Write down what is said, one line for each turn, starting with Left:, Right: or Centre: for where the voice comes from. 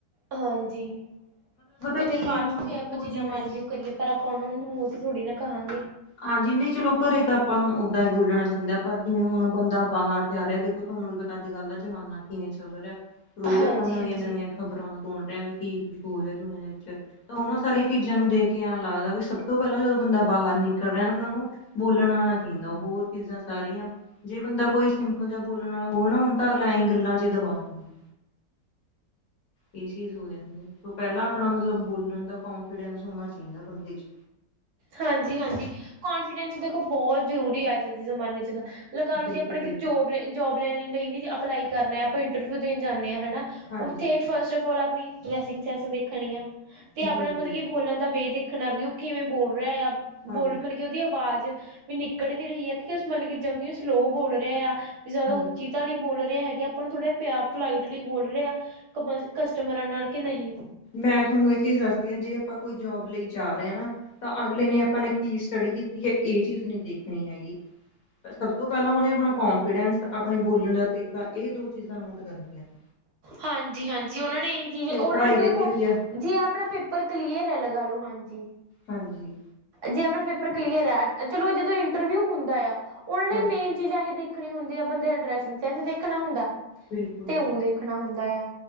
Right: ਹਾਂਜੀ, ਤੇ
Left: ਕੀ
Right: ਫੇਰ ਬਾਦ
Left: ਹੈ ਹੁਣ
Right: ਚ ਫੇਰ
Left: ਦੇਖੋ
Right: ਆਪਾਂ ਜਿੰਨਾ
Left: ਜਿਵੇਂ
Right: ਮਰਜ਼ੀ ਓ ਕਰੀਏ ਪਰ ਆਪਾਂ ਓਨਾਂ ਮੂੰਹ ਤੇ ਥੋੜ੍ਹੀ ਨਾ ਕਹਾਂਗੇ।
Left: ਹਾਂਜੀ, ਨਈਂ ਚਲੋ ਘਰੇ ਤਾਂ ਆਪਾਂ ਨੂੰ ਓਦਾਂ ਹੀ ਬੋਲਣਾ ਚਾਹੀਦਾ, ਪਰ ਜਿਵੇਂ ਹੁਣ ਬੰਦਾ ਬਾਹਰ ਜਾ ਰਿਹਾ ਤੇ ਤੁਆਨੂੰ ਵੀ ਪਤਾ ਅੱਜ-ਕੱਲ ਦਾ ਜਮਾਨਾ ਕਿਵੇਂ ਚੱਲ ਰੇਆ ਰੋਜ਼
Right: ਹਾਂਜੀ
Left: ਆਪਾਂ ਨਵੀਆਂ-ਨਵੀਆਂ
Right: ਹਾਂਜੀ
Left: ਖਬਰਾਂ ਸੁਣਣੇ ਆ ਵੀ ਕੀ ਕੁੱਛ ਹੋ ਰੇਆ, ਦੁਨੀਆਂ ਦੇ ਵਿੱਚ। ਤਾਂ ਓਨਾਂ ਸਾਰੀਆਂ ਚੀਜ਼ਾਂ ਨੂੰ ਦੇਖ ਕੇ ਐਂ ਲੱਗਦਾ ਵੀ ਸਭ ਤੋਂ ਪੈਲਾਂ ਜਦੋਂ ਬੰਦਾ ਬਾਹਰ ਨਿਕਲੇ ਨੂੰ ਤੁਆਨੂੰ ਬੋਲਣਾ ਆਣਾ ਚਾਈਦਾ, ਹੋਰ ਚੀਜ਼ਾਂ ਸਾਰੀਆਂ, ਜੇ ਬੰਦਾ ਕੋਈ ਸਿੰਪਲ ਜਾਂ ਬੋਲਣ ਵਾਲਾ ਹੋਵੇ ਨਾ ਓਨੂੰ ਤਾਂ ਅਗਲਾ ਐਸੀਂ ਗੱਲਾਂ ਚ ਦਬਾ ਦਿੰਦਾ। ਏ ਚੀਜ ਹੋ ਜਾਂਦੀ ਐ ਸੋ ਪੈਲਾਂ ਆਪਣਾ ਮਤਲਬ ਬੋਲਣ ਦਾ ਕੋਂਨਫੀਡੈਂਸ ਹੋਣਾ ਚਾਈਦਾ ਬੰਦੇ ਚ।
Right: ਹਾਂਜੀ-ਹਾਂਜੀ, ਕਨਫੀਡੈਂਸ ਦੇਖੋ ਬੋਤ ਜ਼ਰੂਰੀ ਐ ਅੱਜ ਦੇ ਜ਼ਮਾਨੇ ਚ ਤਾਂ। ਲਗਾ ਲਓ ਜੀ
Left: ਬਿਲਕੁਲ
Right: ਆਪਾ ਕਿਤੇ
Left: ਬਿਲਕੁਲ
Right: ਜੋਬ ਲੈ ਜੋਬ ਲੈਣ ਲਈ ਵੀ ਅਪਲਾਈ ਕਰਨਾ ਏ, ਆਪਾਂ ਇੰਟਰਵਿਊ ਦੇਣ ਜਾਂਨੇ ਆਂ, ਹੈਨਾ।
Left: ਹਾਂਜੀ,
Right: ਓਥੇ ਫਸਟ ਆਫ ਆਲ ਆਪਣੀ ਡਰੈਸਿੰਗ ਸੈਂਸ ਦੇਖਣੀ ਆ, ਤੇ ਆਪਣਾ
Left: ਜੀ-ਜੀ,
Right: ਮਤਲਬ ਕਿ ਬੋਲਣ ਦਾ ਵੇ ਦੇਖ ਦੇਖਣਾ ਵੀ ਓ ਕਿਵੇਂ ਬੋਲ ਰੇਯਾ ਆ
Left: ਹਾਂਜੀ,
Right: ਬੋਲ ਮਤਲਬ ਕਿ ਓਦੀ ਆਵਾਜ਼ ਵੀ ਨਿਕਲ ਵੀ ਰਹੀ ਆ ਕਿਉ ਮਤਲਬ ਕਿ ਜਮੀ ਸਲੋ ਬੋਲ ਰਿਹਾ ਆ ਵੀ ਜਾਦਾ
Left: ਹਾਂਜੀ
Right: ਉੱਚੀ ਤਾਂ ਨਈ ਬੋਲ ਰੇਯਾ ਹੈਗਾ। ਆਪ ਥੋੜਾ ਪਿਆ ਪੋਲਾਈਟਲੀ ਬੋਲ ਰਿਹਾ ਕ ਕਸਟਮਰਾਂ ਨਾਲ, ਕਿ ਨਹੀਂ।
Left: ਮੈਂ ਥੋਨੂੰ ਏ ਚੀਜ ਦੱਸਦੀ ਆਂ ਜੇ ਆਪਾਂ ਕੋਈ ਜੋਬ ਲਈ ਜਾ ਰੇਹਾਂ ਤਾਂ ਅਗਲੇ ਨੇ ਆਪਾਂ ਨੇ ਕੀ ਸਟੱਡੀ ਕੀਤੀ ਐ, ਏ ਚੀਜ ਨਈਂ ਦੇਖਣੀ ਹੈਗੀ। ਸਭ ਤੋਂ ਪੈਲਾਂ ਓਨੇ ਆਪਣਾ ਕੋਂਨਫੀਡੈਂਸ ਅਪਣੇ ਬੋਲਣ ਦਾ ਤਰੀਕਾ, ਏ ਦੋ ਚੀਜਾਂ ਨੋਟ ਕਰਨੀ ਆ। <inaudible>
Right: ਹਾਂਜੀ-ਹਾਂਜੀ, ਓਨਾਂ ਨੇ ਏਹੀ ਚੀਜ ਓਨਾਂ
Left: ਪੜ੍ਹਾਈ
Right: ਨੇ ਤਾਂ
Left: ਕੀਤੀ
Right: ਦੇਖੋ
Left: ਹੋਈ ਹੈ
Right: ਜੀ ਅਪਣਾ ਪੇਪਰ ਕਲੀਅਰ ਐ, ਲਗਾ ਲੋ, ਹਾਂਜੀ।
Left: ਹਾਂਜੀ।
Right: ਜੇ ਅਪਣਾ ਪੇਪਰ ਕਲੀਅਰ ਆ ਚਲੋ, ਜਦੋ ਇੰਟਰਵਿਊ ਹੁੰਦਾ ਯਾ ਓਨਾਂਨੇ
Left: ਹਾਂਜੀ
Right: ਮੇਨ ਚੀਜ਼ਾਂ ਹੀ ਦੇਖਣੀ ਹੁੰਦੀ ਆ, ਬੰਦੇ ਦਾ ਡਰੈਸਿੰਗ ਸੈਂਸ ਦੇਖਣਾ ਹੁੰਦਾ,
Left: ਬਿਲਕੁਲ-ਬਿਲਕੁਲ
Right: ਤੇ ਊਂ ਦੇਖਣਾ ਹੁੰਦਾ ਆ।